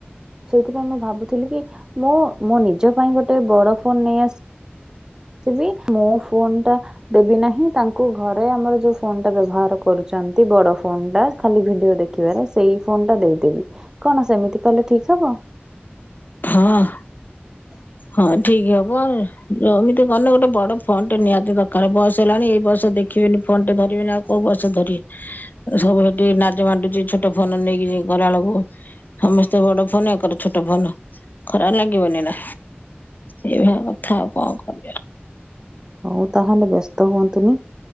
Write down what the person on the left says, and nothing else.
ହଁ
ହଁ ଠିକ୍ ହବ ଜମି ଟେ ଗୋନେ ବଡ ଫୋନ ଟେ ନିହାତି ଦରକାର ବୟସ ହେଲାଣି ଏଇ ବୟସ ଦେଖ। କ୍ଯୁନୀ ଫୋନ୍ ଟେ ଧରିବିନି ଆଉ କୋଉ ବୟସେ ଧରିବେ। ସବୁ ସେଠି ନାଜ ବାଣ୍ଟୁଚି ଛୋଟ ଫୋନ ନେଇକି ଗରାବେଳକୁ। ସମିସ୍ତେ ବଡ ଫୋନ୍ ଏଙ୍କର ଛୋଟ ଫୋନ୍। ଖରା ଲାଗିବନି ନା ଏଇଭଳି କଥା ଆଉ କଣ କରିବ।